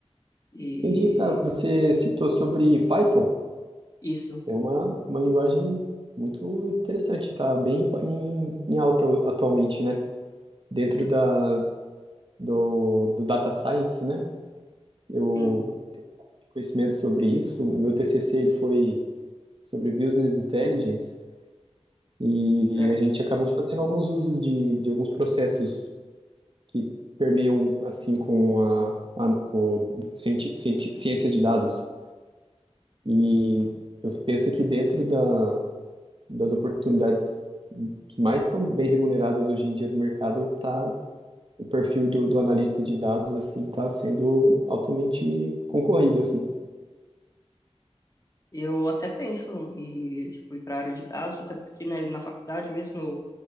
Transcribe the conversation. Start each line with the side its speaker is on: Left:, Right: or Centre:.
Left: e
Right: Entendi. Ah, você citou sobre Python,
Left: isso,
Right: é uma, uma linguagem muito interessante, tá bem em, em alta atualmente, né? Dentro da, do, do data science, né? Eu
Left: sim,
Right: tenho conhecimento sobre isso, o meu TCC ele foi sobre business intelligence e
Left: certo.
Right: a gente acabou fazendo alguns usos de, de alguns processos que permeiam assim com a, a o cienti, cienti- ciência de dados. E eu penso que dentro da, das oportunidades que mais estão bem remuneradas hoje em dia do mercado, tá, o perfil do, do analista de dados assim está sendo altamente concorrido assim.
Left: Eu até penso em tipo, ir para a área de dados, até porque né, na faculdade mesmo eu,